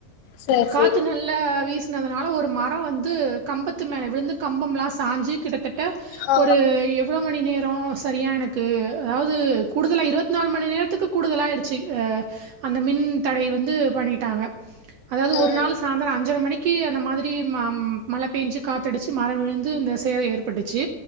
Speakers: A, on the left (about 75°); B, on the right (about 80°).
A: சேரி
B: காத்து
A: சேரி
B: நல்லா வீசினதுனால ஒரு மரம் வந்து கம்பத்து மேல விழுந்து கம்பம்ல்லாம் சாஞ்சு கிட்டத்தட்ட
A: ஆ
B: ஒரு எவ்வளோ மணி நேரோ சரியா எனக்கு அதாவது கூடுதலா இருவத் நாலு மணி நேரத்துக்கு கூடுதலாயிடுச்சு அந்த மின் தடை வந்து பண்ணிட்டாங்க அதாவது ஒரு
A: ம்
B: நாள் சாயந்தர அஞ்சரை மணிக்கு கி அந்த மாதிரி மழ பேஞ்சு காத்தடிச்சு மரம் விழுந்து இந்த சேத ஏற்பட்டுச்சு